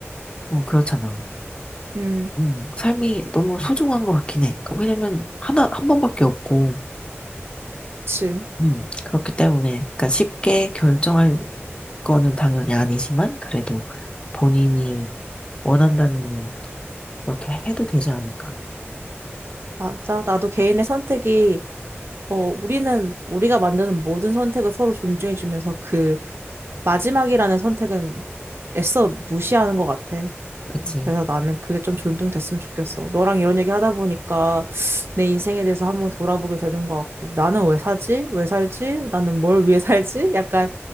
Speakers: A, on the left; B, on the right.
A: 어, 그렇잖아.
B: 음.
A: 음, 삶이 너무 소중한 것 같긴 해. 그 왜냐면, 하나, 한 번밖에 없고,
B: 그치.
A: 음, 그렇기 때문에, 그러니까 쉽게 결정할 거는 당연히 아니지만, 그래도 본인이 원한다면, 그렇게 해도 되지 않을까.
B: 맞아. 나도 개인의 선택이, 어, 우리는, 우리가 만드는 모든 선택을 서로 존중해주면서 그 마지막이라는 선택은 애써 무시하는 것 같아.
A: 그치?
B: 그래서 나는 그게 좀 존중됐으면 좋겠어. 너랑 이런 얘기 하다 보니까 <sniffs> 내 인생에 대해서 한번 돌아보게 되는 것 같고, 나는 왜 사지? 왜 살지? 나는 뭘 위해 살지? 약간